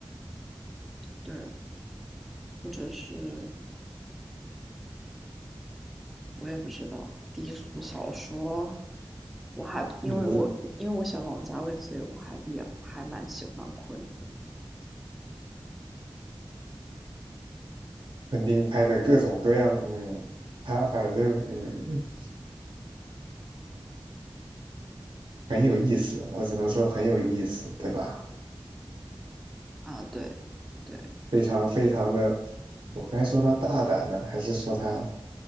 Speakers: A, in the centre; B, on the right.
A: 对，或者是我也不知道低俗小说，我还因为我因为我喜欢王家卫，
B: 嗯，
A: 所以我还也还蛮喜欢昆汀的
B: 肯定拍的各种各样，嗯，他反正嗯很有意思，我只能说很有意思，对吧？
A: 啊。对，对，
B: 非常非常的，我该说他大胆呢，还是说他，